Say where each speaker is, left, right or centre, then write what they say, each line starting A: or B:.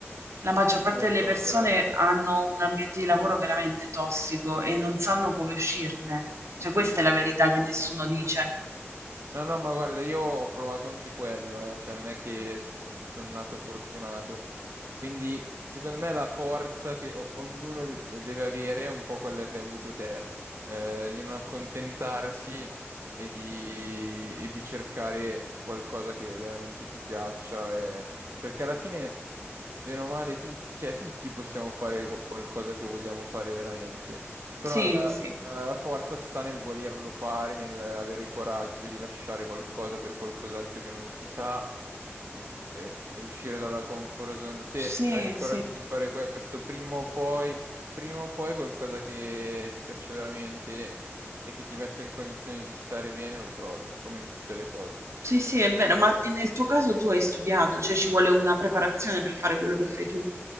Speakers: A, on the right (about 80°); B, on the right (about 65°).
A: la maggior parte
B: Lo
A: delle
B: so,
A: persone
B: grazie.
A: hanno un ambiente di lavoro veramente tossico e non sanno come uscirne. Cioè, questa
B: Mm, mm,
A: è la verità
B: mm.
A: che nessuno dice.
B: No, no, ma guarda, io ho provato anche quello, eh, Cioè, non è che sono nato fortunato. Quindi, secondo me, la forza che o- ognuno deve avere è un po' quella che hai avuto te, eh, di non accontentarsi e di, e di cercare qualcosa che veramente ti piaccia. eh, Perché alla fine, bene o male, tu- cioè, tutti possiamo fare qu- qualcosa che vogliamo fare veramente. Però
A: Sì,
B: la,
A: sì,
B: la forza sta nel volerlo fare, nel avere il coraggio di lasciare qualcosa per qualcos'altro che non si sa e, s- e- e uscire dalla comfort zone. Se
A: sì,
B: hai il coraggio
A: sì.
B: di fare questo, prima o poi, prima o poi qualcosa che ti piaccia veramente e che ti mette in condizioni di stare bene lo trovi, come in tutte le cose.
A: Sì, sì, è vero, ma nel tuo caso tu hai studiato, cioè ci vuole una preparazione per fare quello che fai tu,